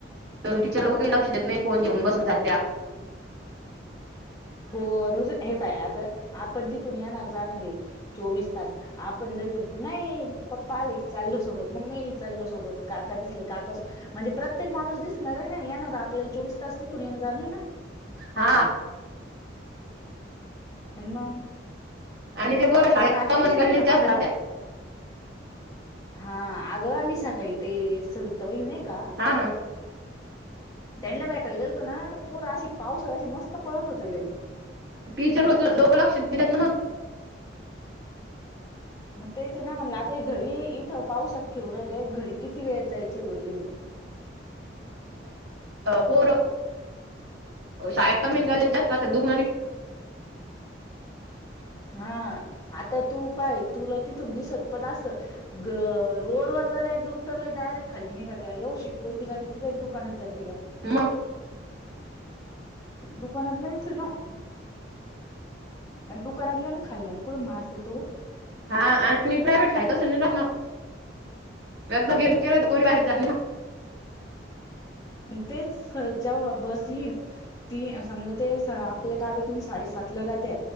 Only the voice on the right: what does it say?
तिच्या लोक काही लक्ष देत नाही फोन घेऊन बसून जात्या
हा.
आणि ते बरं शाळेत
कमान
गल्लीत
जास्त
राहत्या
हा हा..
टीचर ल लोक लक्ष दिलेत ना मग.
पोर शाळेत कमीन गाले जास्त दुख.
<inaudible>
म
हा आणि प्रायव्हेट शा आहे तसं नि ना लग घेऊन केलं तर कोणी वारीत झाली ना.